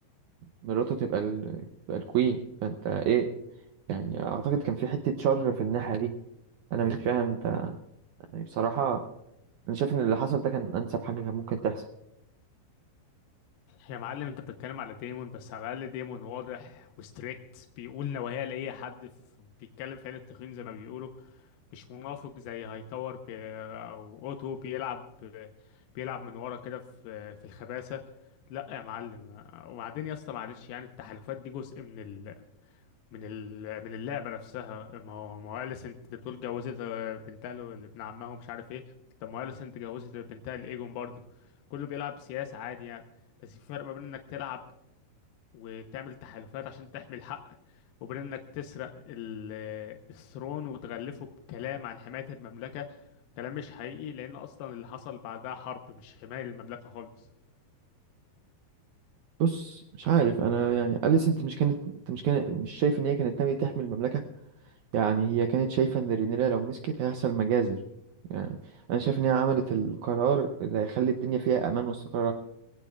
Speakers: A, on the right; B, on the left.
A: مراته تبقى ال... تبقى الكوين فانت ايه يعني اعتقد كان في حتة شر في الناحية دي انا مش فاهم انت يعني بصراحة انا شايف ان اللي حصل ده كان انسب حاجة كان ممكن تحصل
B: يا معلم انت بتتكلم على ديمون بس على الاقل ديمون واضح وستريكت بيقول نوايا لاي حد في بيتكلم في عين التخين زي ما بيقولوا مش منافق زي هايتاور بي او اوتو بيلعب بيلعب من ورا كده في في الخباثه لا يا معلم وبعدين يا اسطى معلش يعني التحالفات دي جزء من ال من ال- من اللعبة نفسها ما هو ما هو أليسنت اللي بتقول جوزت بنتها له- ابن عمها ومش عارف ايه طب ما هو أليسنت جوزت بنتها لإيجون برضه كله بيلعب سياسة عادي يعني بس في فرق ما بين إنك تلعب وتعمل تحالفات عشان تحمي الحق وبين إنك تسرق ال- الثرون وتغلفه بكلام عن حماية المملكة كلام مش حقيقي لأن أصلا اللي حصل بعدها حرب مش حماية للمملكة خالص
A: بص مش عارف انا يعني اليس انت مش كانت انت مش كان مش شايف ان هي كانت ناويه تحمي المملكه يعني هي كانت شايفه ان رينيرا لو مسكت هيحصل مجازر يعني انا شايف ان هي عملت القرار اللي هيخلي الدنيا فيها امان واستقرار أكتر.